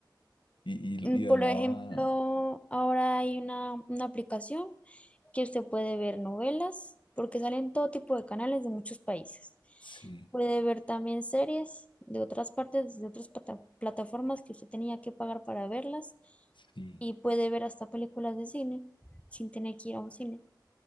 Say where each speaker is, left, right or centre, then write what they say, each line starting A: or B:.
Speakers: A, on the left (about 85°); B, on the left (about 15°).
A: Y,
B: Mm,
A: y,
B: por
A: y hablaba,
B: ejemplo, ahora hay una, una aplicación que usted puede ver novelas, porque salen todo tipo de canales de muchos países.
A: sí,
B: Puede ver también series de otras partes, de otras plata- plataformas que usted tenía que pagar para verlas.
A: sí.
B: Y puede ver hasta películas de cine sin tener que ir a un cine.